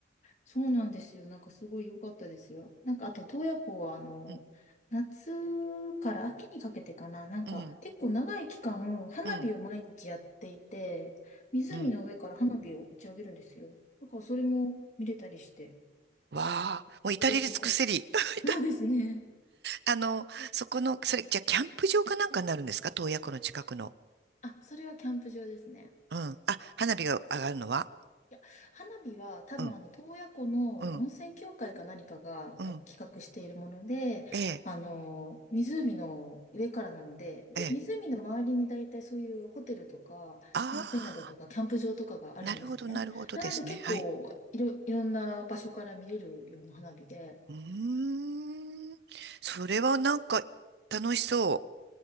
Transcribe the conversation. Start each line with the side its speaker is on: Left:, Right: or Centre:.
Left: そうなんですよ。なんかすごい良かったですよ。なんかあと、洞爺湖はあの、
Right: うん、
Left: 夏から秋にかけてかな。なんか結構長い期間、
Right: うん、
Left: 花火を毎日やっていて、
Right: うん、
Left: 湖の上から花火を打ち上げるんですよ。
Right: うん。
Left: だからそれも見れたりして、
Right: わあ、もう至れり尽くせり。
Left: すごく良かったです。
Right: <laughs>
Left: そうですね。
Right: あの、そこの、それ、じゃあ、キャンプ場かなんかになるんですか洞爺湖の近くの。
Left: あ、それはキャンプ場ですね。
Right: うん。あ、花火が上がるのは
Left: いや、花火は多分あの、
Right: うん、
Left: 洞爺湖の温泉協会か何かが多分企画しているもので、
Right: うん、うん。ええ、
Left: あの、湖の上からなので、で、
Right: ええ。
Left: 湖の周りに大体そういうホテルとか、
Right: ああ、
Left: 温泉宿とか、キャンプ場とかがあるんですね。
Right: なるほど、なるほどですね。
Left: なので結構いろ、
Right: はい。
Left: いろんな場所から見れるような花火で、
Right: うーん。それはなんか楽しそ